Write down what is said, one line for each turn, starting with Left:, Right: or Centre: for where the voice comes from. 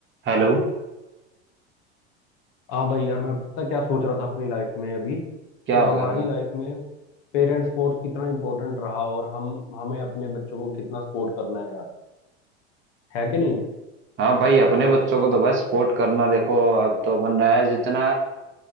Right: Hello
Left: हाँ भाई यार मैं पता क्या सोच रहा था अपनी लाइफ में अभी कि
Right: क्या हो
Left: हमारी
Right: गया भाई
Left: लाइफ में पेरेंट स्पोर्ट्स कितना इम्पोर्टेंट रहा और हम हमें अपने बच्चों को कितना सपोर्ट करना है यार है कि नहीं
Right: हाँ भाई अपने बच्चों को तो भाई सपोर्ट करना देखो अब तो बन रहा है जितना